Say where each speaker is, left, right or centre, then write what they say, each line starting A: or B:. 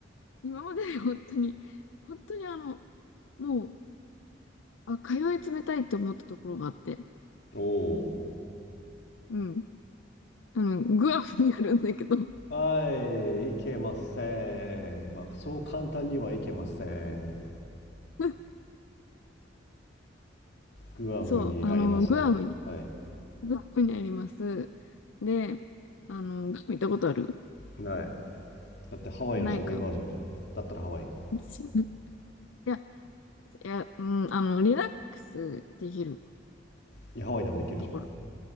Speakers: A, on the left; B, on the left.
A: 今までで本当に、本当にあの、もう、あ、通い詰めたいって思ったところがあって、
B: おお
A: うん。あの、グアムにあるんだけど、
B: はいいけませんまあそう簡単にはいけません
A: <laughs>
B: グアムにありますとはい
A: そう、あの、グアムに、グアムにあります。で、あの、グアム行ったことある
B: ないだってハワイのしょぼいバージョンじゃんだったらハワイ行く
A: ないか。<laughs> いや、いや、うん、あの、リラックスできる
B: いやハワイでもできるじゃん
A: ところ。